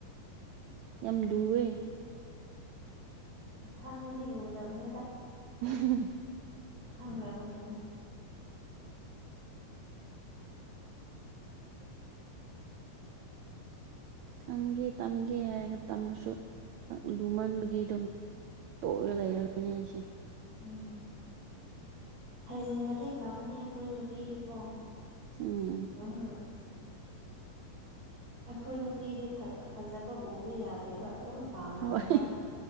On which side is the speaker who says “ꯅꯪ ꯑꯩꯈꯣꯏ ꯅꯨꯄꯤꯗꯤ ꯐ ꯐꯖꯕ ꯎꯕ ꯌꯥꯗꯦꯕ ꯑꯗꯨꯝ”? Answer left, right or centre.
Right